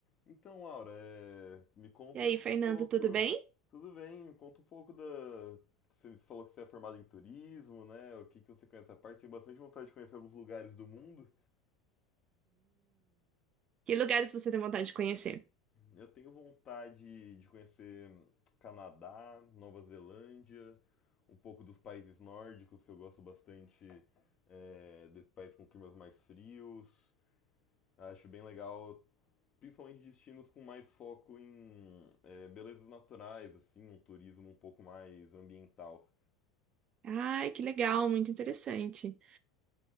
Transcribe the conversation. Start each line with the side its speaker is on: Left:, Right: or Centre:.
Left: Então, Laura, é, me conta
Right: E aí,
Left: um
Right: Fernando,
Left: pouco.
Right: tudo bem?
Left: Tudo bem, me conta um pouco da. Você falou que você é formado em turismo, né? O que que você conhece a parte? Tenho bastante vontade de conhecer alguns lugares do mundo.
Right: Que lugares você tem vontade de conhecer?
Left: Eu tenho vontade de conhecer Canadá, Nova Zelândia, um pouco dos países nórdicos, que eu gosto bastante, é, desses países com climas mais frios. Acho bem legal principalmente destinos com mais foco em é, belezas naturais, assim, um turismo um pouco mais ambiental.
Right: Ai, que legal, muito interessante.